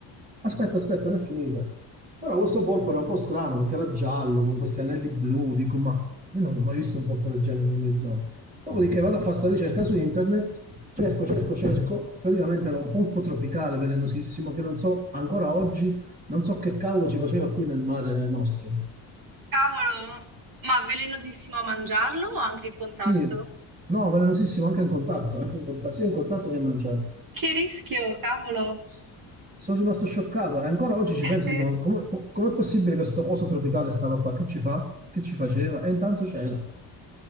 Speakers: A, on the right; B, on the right.
A: Aspetta, aspetta, non è finita. Però questo polpo era un po' strano perché era giallo, con questi anelli blu, dico, ma io non ho mai visto un polpo del genere nelle mie zone. Dopodiché vado a fare questa ricerca su internet, cerco, cerco, cerco, e praticamente era un polpo tropicale velenosissimo che non so, ancora oggi, non so che cavolo ci faceva qui nel mare nostro.
B: cavolo, ma velenosissimo a mangiarlo o anche il contatto?
A: Sì, no, velenosissimo, anche in contatto, anche in contatto, sia in contatto che in mangiare.
B: Che rischio, cavolo.
A: S- Sono rimasto scioccato e ancora oggi ci penso,
B: Eh,
A: dico, ma
B: sì.
A: come, po- com'è possibile che questo coso tropicale stava qua? Che ci fa? Che ci faceva? E intanto c'era.